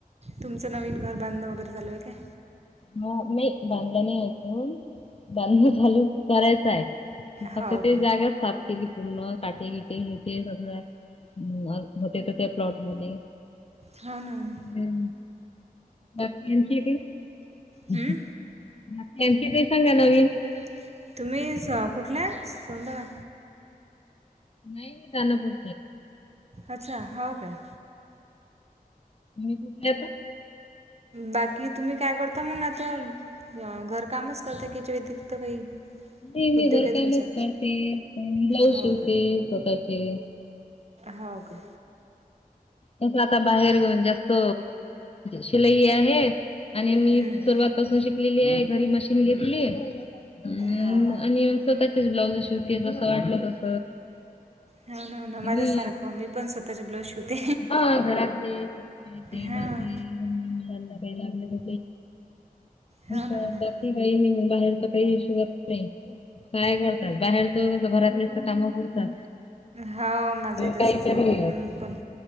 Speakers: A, on the right; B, on the left.
A: तुमचं नवीन घर बांधणं वगैरे चालू आहे काय,
B: हा नाही बांधलं नाही आजून बांधण चालू. करायच आहे फक्त
A: हो ओके
B: ते जागाच साफ केली पूर्ण काटे विटेे ते सगळं. हम् होते तर त्या प्लॉटमध्ये.
A: हो ना हो ना
B: हां बाकी आणखी काही
A: हम्म?
B: त्यांची काही सांगा नवीन.
A: नवीन तुम्ही स कुठलाय सौंदाणा
B: नाही मी दनापुर
A: अच्छा हो काय.
B: तुम्ही कुठल्या येता.
A: बाकी तुम्ही काय करता मंग आता. अ घर कामच करते की त्याच्या व्यतिरिक्त काही
B: नाही मी
A: उद्योग
B: घरकामच
A: आहे तुमचा
B: करते ब्लाऊज
A: हो
B: शिवते
A: काय
B: स्वतःचे
A: हो काे
B: तस आता बाहेर जास्त शिलाई आहे आणि मी
A: हम्म.
B: सरवात पासून शिकलेली आहे घरी मशीन घेतली, हम्म
A: हा हा
B: आणि मग स्वतःचीच ब्लाउज शेवती जस वाटलं तस
A: हो ना हो ना माझ्यासारखं
B: हम्म
A: मी पण स्वतःचे ब्लाऊज शिवते
B: हा घरात <unintelligible> लहान लहान
A: हां
B: मुलांना काय लागल
A: हो ना
B: तर
A: हो ना
B: दे नाही मी बाई बाहेरच काही शिवत नाही. काय करतात बाहेरच घरातलेच काम करतात
A: हो माझंही तसंच
B: काहीतरी,
A: आहे मी पण